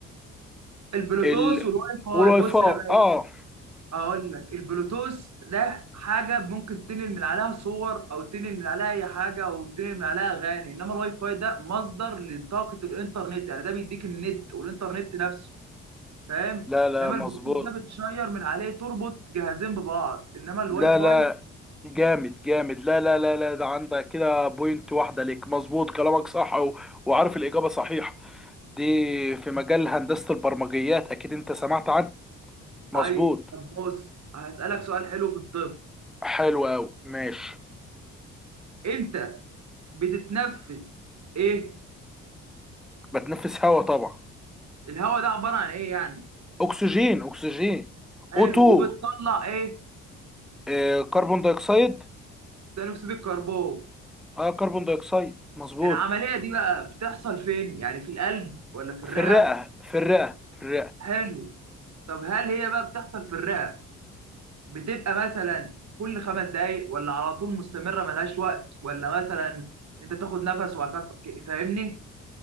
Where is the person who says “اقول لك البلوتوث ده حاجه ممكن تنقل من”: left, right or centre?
Right